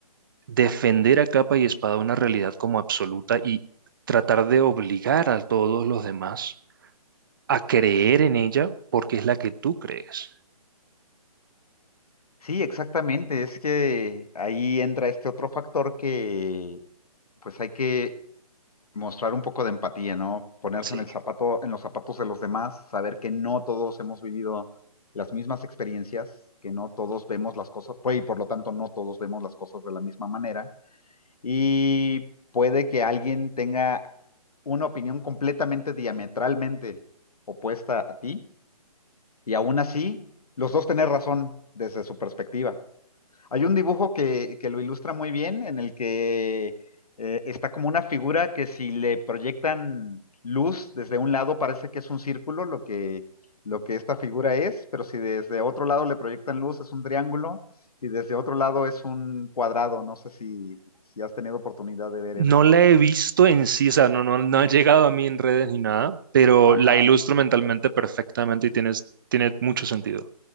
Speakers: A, on the right; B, on the left.
A: defender a capa y espada una realidad como absoluta y tratar de obligar a todos los demás a creer en ella porque es la que tú crees.
B: Sí, exactamente. Es que ahí entra este otro factor que pues hay que mostrar un poco de empatía, ¿no? Ponerse
A: Sí.
B: en el zapato, en los zapatos de los demás, saber que no todos hemos vivido las mismas experiencias, que no todos vemos las cosas, pues, y por lo tanto no todos vemos las cosas de la misma manera. Y puede que alguien tenga una opinión completamente diametralmente opuesta a ti y aún así, los dos tener razón desde su perspectiva. Hay un dibujo que, que lo ilustra muy bien en el que eh, está como una figura que si le proyectan luz desde un lado parece que es un círculo lo que, lo que esta figura es, pero si desde otro lado le proyectan luz es un triángulo y desde otro lado es un cuadrado. No sé si, si has tenido oportunidad de ver.
A: No la he visto en sí, o sea, no, no, no ha llegado a mí en redes ni nada, pero
B: Ajá.
A: la ilustro mentalmente perfectamente y tienes, tiene mucho sentido.